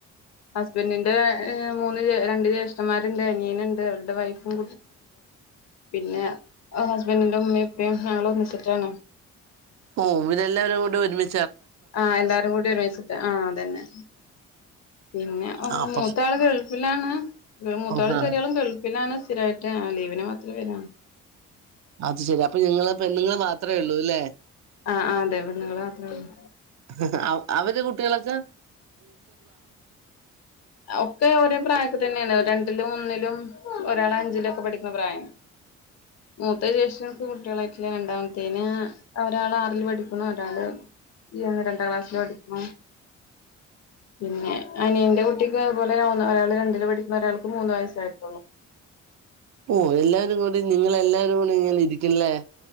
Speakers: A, on the left; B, on the right.
A: ഹസ്ബൻഡിന്റെ മൂന്ന് രണ്ട് ജ്യേഷ്ഠന്മാരുണ്ട് അനിയൻ ഉണ്ട് അവരുടെ വൈഫും പിന്നെ ഹസ്ബൻഡിന്റെ ഉമ്മിമിംഉപ്പിമിംഞങ്ങൾ ഒന്നിച്ചിട്ടാണ്
B: ഓ ഇതെല്ലാവരും കൂട് ഒരുമി
A: ആഎല്ലാരും കൂടി ഒരുമി ആഅതന്നെ പിന്നെ
B: ആഹ് അപ്പം
A: മൂത്ത ആള് ഗൾഫിലാണ് മൂത്താളും
B: ആഹ്
A: ചെറിയാളും ഗൾഫി ലാണ് സ്ഥിരായിട്ട് ലീവിനെ മാത്രേ വരാ
B: അത് ശെരി അപ്പൊ നിങ്ങൾ പെണ്ണുങ്ങൾ മാത്രഉള്ളൂ ല്ലേ
A: ആഹ് ആഹ് അതെ പെണ്ണുങ്ങള് മാത്രേ ഉള്ളൂ
B: <unintelligible> അവര് കുട്ടികളക്കാ
A: ഒക്കെ ഒരേ പ്രായക്ക തന്നെയാണ് രണ്ടിലും ഒന്നിലും ഒരാൾ അഞ്ചിലും ഒക്കെ പഠിക്കുന്ന പ്രായം മൂത്തേ ജേഷ്ഠന് കുട്ടികളായിട്ടില്ല രണ്ടാമത്തേന് ഒരാൾ ആറിൽ പഠിക്കണം ഒരാള് യാള്ണ്ടാം ക്ലാസ്സി പഠിക്കണ
B: <unintelligible>
A: പിന്നെ അനിയന്റെ കുട്ടിക്കും അതുപോലെ ഒരാൾ രണ്ടില് പഠിക്കുന്ന ഒരാൾക്ക് മൂന്ന് വയസ്സ് യിട്ടുള്ളൂ
B: ഓ എല്ലാരും കൂടി നിങ്ങളെല്ലാവരും കൂടി ഇങ്ങനെ ഇരിക്കില്ലേ